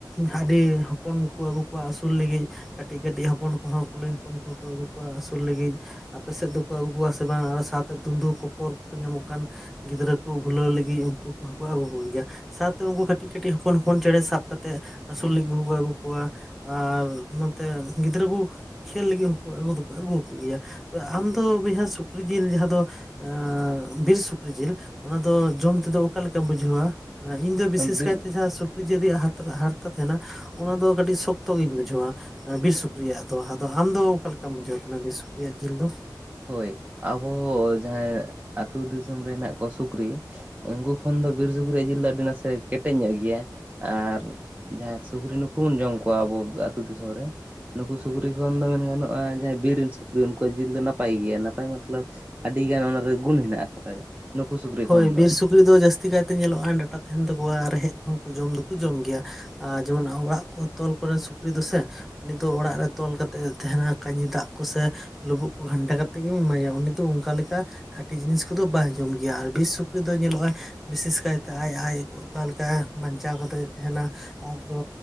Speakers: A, in the centre; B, on the right.
A: ᱜᱹᱰᱤ ᱦᱚᱯᱚᱱ ᱠᱚ ᱟᱹᱜᱩ ᱠᱚᱣᱟ ᱟᱹᱥᱩᱞ ᱞᱟᱹᱜᱤᱫ ᱠᱟᱹᱴᱤᱡ ᱠᱟᱹᱴᱤᱡ ᱦᱚᱯᱚᱱ ᱠᱚᱦᱚᱸ ᱠᱩᱞᱟᱭ ᱦᱚᱯᱚᱱ ᱠᱚᱦᱚᱸ ᱠᱚ ᱟᱹᱜᱩ ᱠᱚᱣᱟ ᱟᱹᱥᱩᱞ ᱞᱟᱹᱜᱤᱫ ᱟᱯᱮ ᱥᱮᱫ ᱫᱚᱠᱚ ᱟᱹᱜᱩ ᱠᱚᱣᱟ ᱥᱮ ᱵᱟᱝ ᱟᱨᱚ ᱥᱟᱶᱛᱮ ᱫᱩᱸᱫᱩ ᱠᱚᱠᱚᱨ ᱠᱚ ᱧᱟᱢᱚᱜ ᱠᱟᱱ ᱜᱤᱫᱽᱨᱟᱹ ᱠᱚ ᱵᱷᱩᱞᱟᱹᱣ ᱞᱟᱹᱜᱤᱫ ᱩᱱᱠᱩ ᱠᱚᱦᱚᱠᱚ ᱟᱹᱜᱩ ᱠᱚ ᱜᱮᱭᱟ ᱥᱟᱶᱛᱮ ᱩᱱᱠᱩ ᱠᱟᱹᱴᱤᱡ ᱠᱟᱹᱴᱤᱡ ᱦᱚᱯᱚᱱ ᱦᱚᱯᱚᱱ ᱪᱮᱬᱮ ᱥᱟᱵ ᱠᱟᱛᱮᱮᱫ ᱟᱹᱥᱩᱞ ᱞᱟᱹᱜᱤᱫ ᱦᱚᱸᱠᱚ ᱟᱹᱜᱩ ᱠᱚᱣᱟ ᱟᱨ ᱱᱚᱛᱮ ᱜᱤᱫᱽᱨᱟᱹ ᱠᱚ ᱠᱷᱮᱞ ᱞᱟᱹᱜᱤᱫ ᱦᱚᱸᱠᱚ ᱟᱹᱜᱩ ᱫᱚᱠᱚ ᱟᱹᱜᱩ ᱠᱚ ᱜᱮᱭᱟ ᱟᱢᱫᱚ ᱵᱚᱭᱦᱟ ᱥᱩᱠᱨᱤ ᱡᱤᱞ ᱡᱟᱦᱟᱸ ᱫᱚ ᱟᱸ ᱵᱤᱨ ᱥᱩᱠ ᱥᱩᱠᱨᱤ ᱡᱤᱞ ᱚᱱᱟ ᱫᱚ ᱡᱚᱢ ᱛᱮᱫᱚ ᱚᱠᱟ ᱞᱮᱠᱟᱢ ᱵᱩᱡᱷᱟᱹᱣᱟ ᱤᱧ ᱫᱚ ᱵᱤᱥᱮᱥ
B: ᱵᱤᱨ
A: ᱠᱟᱭᱛᱮ ᱡᱟᱦᱟᱸ ᱥᱩᱠᱨᱤ ᱡᱤᱞ ᱨᱮᱭᱟᱜ ᱦᱟᱨ ᱦᱟᱨᱛᱟ ᱛᱟᱦᱮᱱᱟ ᱚᱱᱟ ᱫᱚ ᱠᱟᱹᱴᱤᱡ ᱥᱚᱠᱛᱚ ᱜᱤᱧ ᱵᱩᱡᱷᱟᱹᱣᱟ ᱵᱤᱨ ᱥᱩᱠᱨᱤᱭᱟᱜ ᱫᱚ ᱟᱫᱚ ᱟᱢ ᱫᱚ ᱚᱠᱟ ᱞᱮᱠᱟᱢ ᱵᱩᱡᱷᱟᱹᱣ ᱠᱮᱫᱟ ᱵᱤᱨ ᱥᱩᱠᱨᱤᱭᱟᱜ ᱡᱤᱞ ᱫᱚ
B: ᱦᱳᱭ ᱟᱵᱚ ᱡᱟᱦᱟᱸᱭ ᱟᱹᱛᱩᱳ ᱫᱤᱥᱚᱢ ᱨᱮ ᱢᱮᱱᱟᱜ ᱠᱚᱣᱟ ᱥᱩᱠᱨᱤ ᱩᱱᱠᱩ ᱠᱷᱚᱱ ᱫᱚ ᱵᱤᱨ ᱥᱩᱠᱨᱤᱤᱭᱟᱹ ᱡᱤᱞ ᱫᱚ ᱟᱹᱰᱤ ᱱᱟᱥᱮ ᱠᱮᱴᱮᱡ ᱧᱚᱜ ᱜᱮᱭᱟ ᱟᱨ ᱡᱟᱦᱟᱸ ᱥᱩᱠᱨᱤ ᱱᱩᱠᱩ ᱵᱚᱱ ᱡᱚᱢ ᱠᱚᱣᱟ ᱟᱵᱚ ᱟᱹᱛᱩ ᱫᱤᱥᱚᱢ ᱨᱮ ᱱᱩᱠᱩ ᱥᱩᱠᱨᱤ ᱠᱷᱚᱱ ᱫᱚ ᱢᱮᱱ ᱜᱟᱱᱚᱜᱼᱟ ᱡᱟᱦᱟᱸ ᱵᱤᱨ ᱨᱮᱱ ᱥᱩᱠᱨᱤ ᱩᱱᱠᱩ ᱡᱤᱞ ᱫᱚ ᱱᱟᱯᱟᱭ ᱜᱮᱭᱟ ᱱᱟᱯᱟᱭ ᱢᱚᱛᱞᱚᱵ ᱟᱹᱰᱤ ᱜᱟᱱ ᱚᱱᱟᱨᱮ ᱜᱩᱱ ᱦᱮᱱᱟᱜ ᱟᱠᱟᱫᱟ ᱱᱩᱠᱩ ᱥᱩᱠᱨᱤ
A: ᱦᱳᱭ
B: ᱠᱷᱚᱱ ᱫᱚ
A: ᱵᱤᱨ ᱥᱩᱠᱨᱤ ᱫᱚ ᱡᱟᱹᱥᱛᱤ ᱠᱟᱭᱛᱮ ᱧᱮᱞᱚᱜᱼᱟ ᱰᱟᱴᱟ ᱛᱟᱦᱮᱱ ᱛᱟᱠᱚᱣᱟ ᱨᱮᱦᱮᱫ ᱠᱚᱦᱚᱸ ᱠᱚ ᱡᱚᱢ ᱫᱚᱠᱚ ᱡᱚᱢ ᱜᱮᱭᱟ ᱟᱨ ᱡᱮᱢᱚᱱ ᱚᱲᱟᱜ ᱠᱚ ᱛᱚᱞ ᱠᱚᱨᱮᱱ ᱥᱩᱠᱨᱤ ᱫᱚᱥᱮ ᱩᱱᱤ ᱫᱚ ᱚᱲᱟᱜ ᱨᱮ ᱛᱚᱞ ᱠᱟ ᱠᱟᱛᱮᱫ ᱮ ᱛᱟᱦᱮᱱᱟ ᱠᱟᱹᱡᱤ ᱫᱟᱜ ᱠᱚᱥᱮ ᱞᱩᱵᱩᱜ ᱠᱚ ᱜᱷᱟᱱᱴᱟ ᱠᱟᱛᱮᱮᱫ ᱜᱮᱧ ᱮᱢᱟᱭᱟ ᱩᱱᱤ ᱫᱚ ᱚᱱᱠᱟ ᱞᱮᱠᱟ ᱠᱷᱟᱹᱴᱤ ᱡᱤᱱᱤᱥ ᱠᱚᱫᱚ ᱵᱟᱭ ᱡᱚᱢ ᱫᱟ ᱜᱮᱭᱟ ᱟᱨ ᱵᱤᱥ ᱥᱩᱠᱨᱤ ᱫᱚ ᱧᱮᱞᱚᱜᱼᱼᱟᱭ ᱵᱤᱥᱮᱥ ᱠᱟᱭᱛᱮ ᱟᱡ ᱟᱡ ᱚᱠᱟ ᱞᱮᱠᱟ ᱵᱟᱧᱪᱟᱣ ᱠᱟᱛᱮᱫ ᱛᱟᱦᱮᱱᱟ ᱟᱡ ᱫᱚ